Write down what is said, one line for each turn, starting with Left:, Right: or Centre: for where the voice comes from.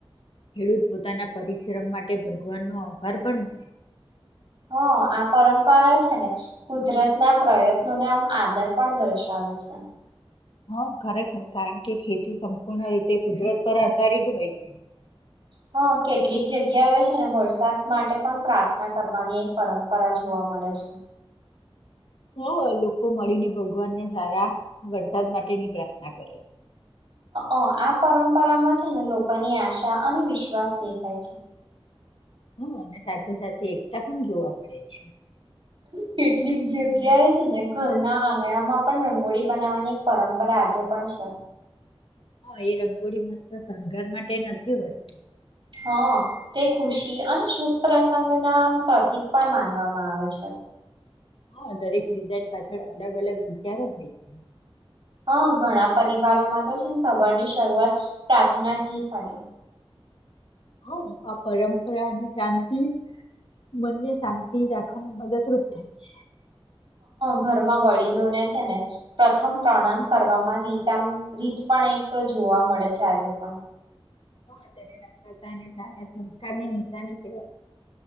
Left: ખેડૂત પોતાના પરિશ્રમ માટે ભગવાનનો આભાર પણ માને.
Right: હ. હ, આ પરંપરા છે ને, કુદરત ના પ્રયત્નોને આમ આદર પણ દર્શાવે છે. અચ્છા.
Left: હા, ખરેખર, કારણ કે ખેતી સંપૂર્ણ રીતે કુદરત પર આધારિત હોય છે.
Right: હા, કેટલીક જગ્યા હો છે ને, વરસાદ માટે પણ પ્રાર્થના કરવાની એક પરંપરા. જોવા મળે છે.
Left: હા, લોકો મળીને ભગવાનને સારા વરસાદ માટેની પ્રાર્થના કરે છે.
Right: આ પરંપરામાં છે ને, લોકોની આશા અને વિશ્વાસ દેખાય છે.
Left: હ, અને સાથે સાથે એકતા પણ જોવા મળે છે.
Right: કેટલીક જગ્યા એ છે ને, ઘરના આંગણા માં પણ રંગોળી બનાવવાની એક પરંપરા આજે. પણ છે.
Left: હા, એ રંગોળી માત્ર શણગાર માટે નથી હોતી.
Right: હ તે ખુશી અને શુભ પ્રસંગ ના પ્રતિક પણ માનવામાં આવે છે,
Left: હા દરેક ડિઝાઇન પાછળ અલગ અલગ વિચારો હોય છે.
Right: હા, ઘણા પરિવારોમાં તો છે ને સવાર ની શરૂઆત પ્રાર્થના થી થાય,
Left: હા આ પરંપરા અને શાંતિ મનને શાંતિ રાખવાવામાં મદદરૂપ થાય છે.
Right: ઘરમાં વડીલોને છે ને પ્રથમ પ્રણામ કરવામાં રીતમ રીત પણ એક જોવા મળે છે, આજે પણ
Left: હ તેને નમ્રતાને સારા સંસ્કારની નિનીશાની કેવા